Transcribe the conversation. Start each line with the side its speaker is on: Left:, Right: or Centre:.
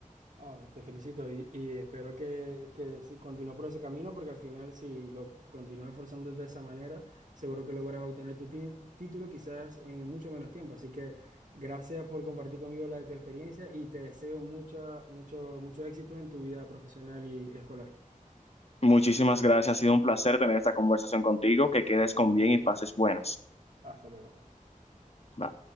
Right: Ah, te felicito y, y espero que, que si continúes por ese camino, porque al final, si lo continúas esforzándote de esa manera, seguro que logras obtener tu ti- título quizás en mucho menos tiempo. Así que gracias por compartir conmigo la de tu experiencia y te deseo mucha, mucho, mucho éxito en tu vida profesional y escolar.
Left: Muchísimas gracias, ha sido un placer tener esta conversación contigo, que quedes con bien y pases buenas.
Right: Hasta luego.
Left: Bye.